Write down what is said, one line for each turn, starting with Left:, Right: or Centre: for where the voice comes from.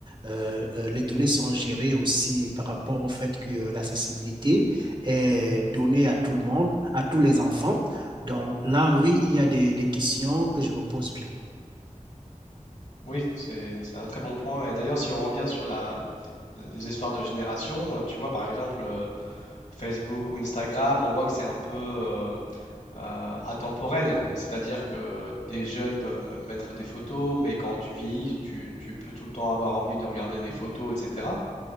Right: euh, euh, les données sont gérées aussi par rapport au fait que l'accessibilité est donnée à tout le monde, à tous les enfants. Donc là, oui, il y a des, des questions que je me pose bien.
Left: Oui, c'est c'est un très bon point. Et d'ailleurs, si on revient sur la, les histoires de génération, euh, tu vois, par exemple, euh, Facebook ou Instagram, on voit que c'est un peu euh, euh, atemporel. C'est-à-dire que des jeunes peuvent m- mettre des photos, mais quand tu vieillis, tu, tu peux tout le temps avoir envie de regarder des photos, etc.